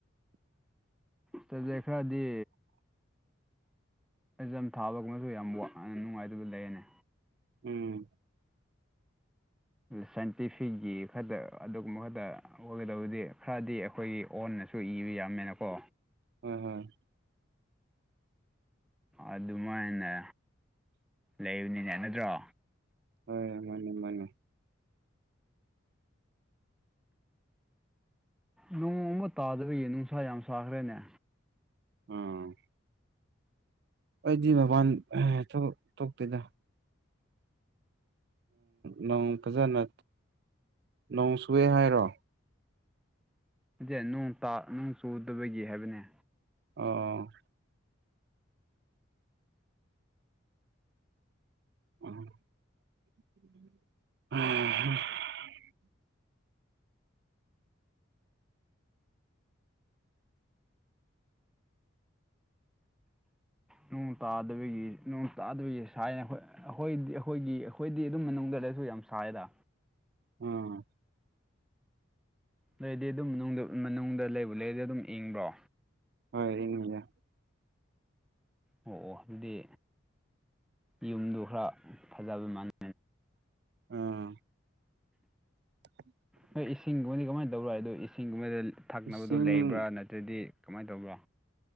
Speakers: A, in the centre; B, on the right.
A: ꯇꯖꯩ ꯈꯔꯗꯤ ꯑꯩꯖꯝ ꯊꯥꯕꯒꯨꯕꯁꯨ ꯌꯥꯝ ꯋꯥꯅ ꯅꯨꯡꯉꯥꯏꯗꯨꯕ ꯂꯩꯌꯦꯅꯦ
B: ꯎꯝ
A: ꯁꯥꯏꯟꯇꯤꯐꯤꯛꯀꯤ ꯈꯛꯇ ꯑꯗꯨꯒꯨꯝꯕ ꯈꯛꯇ ꯑꯣꯏꯒꯗꯕꯗꯤ ꯈꯔꯗꯤ ꯑꯩꯈꯣꯏꯒꯤ ꯑꯣꯟꯅꯁꯨ ꯏꯕ ꯌꯥꯝꯃꯦꯅꯀꯣ
B: ꯍꯣꯏ ꯍꯣꯏ
A: ꯑꯗꯨꯃꯥꯏꯅ ꯂꯩꯕꯅꯤꯅꯦ ꯅꯠꯇ꯭ꯔꯣ
B: ꯍꯣꯏ ꯃꯥꯅꯤ ꯃꯥꯅꯤ
A: ꯅꯣꯡ ꯒꯨꯝꯕ ꯇꯥꯗꯕꯩ ꯅꯨꯡꯁꯥ ꯌꯥꯝ ꯁꯥꯈ꯭ꯔꯦꯅꯦ
B: ꯑꯣ ꯑꯩꯗꯤ ꯃꯄꯥꯟ ꯊꯣ ꯊꯣꯛꯇꯣꯏꯗ ꯅꯣꯡ ꯐꯖꯅ ꯅꯣꯡ ꯁꯨꯑꯦ ꯍꯥꯏꯔꯣ
A: ꯅꯠꯇꯦ ꯅꯣꯡ ꯇꯥ ꯅꯣꯡ ꯆꯨꯗꯕꯒꯤ ꯍꯥꯏꯕꯅꯦ
B: ꯑꯣ <unintelligible>
A: ꯅꯣꯡ ꯇꯥꯗꯕꯒꯤ ꯅꯣꯡ ꯇꯥꯗꯕꯒꯤ ꯁꯥꯏꯌꯦ ꯑꯩꯈꯣꯏ ꯑꯩꯈꯣꯏꯗꯤ ꯑꯩꯈꯣꯏꯒꯤ ꯑꯩꯈꯣꯏꯗꯤ ꯑꯗꯨꯝ ꯃꯅꯨꯡꯗ ꯂꯩꯔꯁꯨ ꯌꯥꯝ ꯁꯥꯏꯗ
B: ꯑꯣ
A: ꯅꯣꯏꯗꯤ ꯑꯗꯨꯝ ꯃꯅꯨꯡꯗ ꯃꯅꯨꯡꯗ ꯂꯩꯕꯨ ꯂꯩꯔꯗꯤ ꯑꯗꯨꯝ ꯏꯪꯕ꯭ꯔꯣ
B: ꯍꯣꯏ ꯏꯪꯉꯤꯗ
A: ꯑꯣ ꯑꯣ ꯑꯗꯨꯗꯤ ꯌꯨꯝꯗꯨ ꯈꯔ ꯐꯖꯕ ꯃꯅ
B: ꯑꯥ <unintelligible>
A: ꯍꯣꯏ ꯏꯁꯤꯡꯒꯨꯝꯕꯗꯤ ꯀꯃꯥꯏꯅ ꯇꯧꯕ꯭ꯔꯣ ꯑꯗꯣ ꯏꯁꯤꯡꯒꯨꯝꯕꯗ ꯊꯛꯅꯕꯗꯣ
B: ꯏꯁꯤꯡ
A: ꯂꯩꯕ꯭ꯔꯥ ꯅꯠꯇ꯭ꯔꯗꯤ ꯀꯃꯥꯏꯅ ꯇꯧꯕ꯭ꯔꯣ